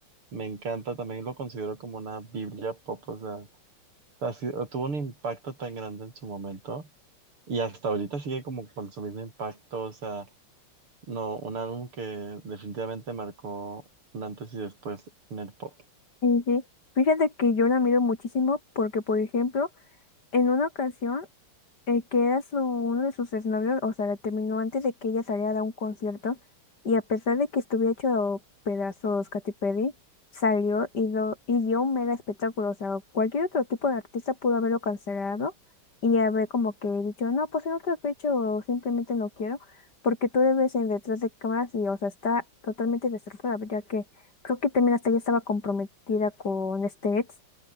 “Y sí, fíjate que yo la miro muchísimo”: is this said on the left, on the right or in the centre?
Left